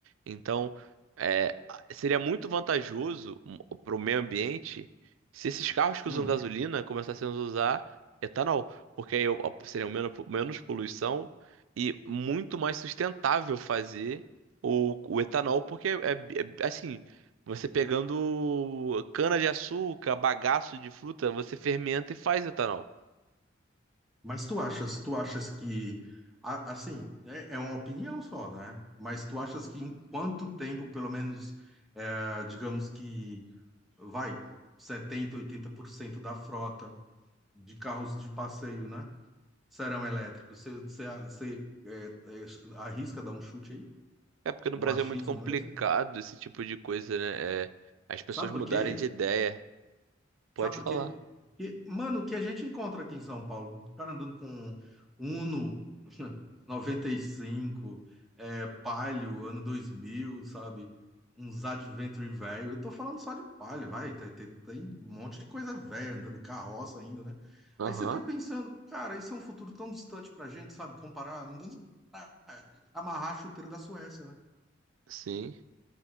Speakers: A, on the right; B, in the centre.
A: Então, é, seria muito vantajoso para o meio ambiente se esses carros que
B: Hum.
A: usam gasolina começassem a usar etanol, porque aí ó, seria menos, menos poluição e muito mais sustentável fazer o, o etanol, porque é, é- assim. Você pegando cana de açúcar, bagaço de fruta, você fermenta e faz etanol.
B: Mas tu achas, tu achas que, a- assim, é, é uma opinião só, né? Mas tu achas que em quanto tempo, pelo menos, é, digamos que, vai, setenta oitenta por cento da frota de carros de passeio, né, serão elétricos? Você, você, você, é, é, arrisca dar um chute aí?
A: É porque no
B: No
A: Brasil
B: achismo
A: é muito complicado
B: mesmo?
A: esse tipo de coisa, né? É, as pessoas
B: Sabe
A: mudarem
B: por quê?
A: de ideia. Pode
B: Sabe por
A: falar.
B: quê? Porque, mano, o que a gente encontra aqui em São Paulo, o cara andando com Uno <laughs> 95 é, Palio, ano 2000 sabe? Uns Adventure velho. Eu tô falando só de Palio, vai. Tem, tem- tem um monte de coisa velha andando carroça ainda, né?
A: Aham,
B: Aí você fica pensando, cara, isso é um futuro tão distante pra gente, sabe? Comparar, não tem nem pra amarrar a chuteira da Suécia, né?
A: sim.